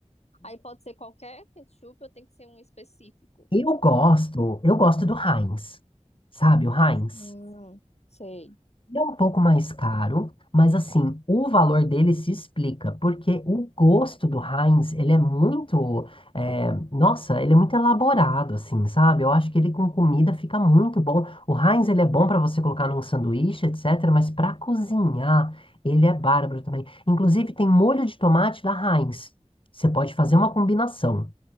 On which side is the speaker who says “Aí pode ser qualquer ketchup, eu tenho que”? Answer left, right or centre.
Left